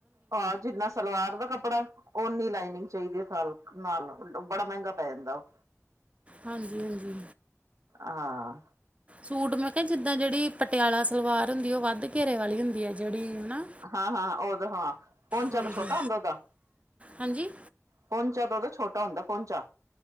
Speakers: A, on the right; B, on the right.
A: ਆਹ ਜਿੰਨਾ ਸਲਵਾਰ ਦਾ ਕੱਪੜਾ, ਔਨੀ ਲੈਨਿੰਗ ਨਈ ਚਾਹੀਦੀ ਸਲਕ ਨਾਲ ਬੜਾ ਮਹਿੰਗਾ ਪੈ ਜਾਂਦਾ। ਉਹ
B: ਹਾਂਜੀ, ਹਾਂਜੀ
A: ਹਾਂ
B: ਸੂਟ ਮੈਂ ਕਿਹਾ ਜਿੱਦਾਂ ਜਿਹੜੀ ਪਟਿਆਲਾ ਸਲਵਾਰ ਹੁੰਦੀ ਏ। ਉਹ ਵੱਧ ਘੇਰੇ ਵਾਲੀ ਹੁੰਦੀ ਹੈ। ਜਿਹੜੀ ਹਨਾ
A: ਹਾਂ, ਹਾਂ ਉਹਦਾ ਹਾਂ ਪਹੁੰਚਾ
B: ਹਾਂਜੀ
A: ਛੋਟਾ ਹੁੰਦਾ ਉਹਦਾ।
B: ਹਾਂਜੀ
A: ਪੌਂਚਾਂ ਉਹਦਾ ਦਾ ਛੋਟਾ ਹੁੰਦਾ ਪਹੁੰਚਾ।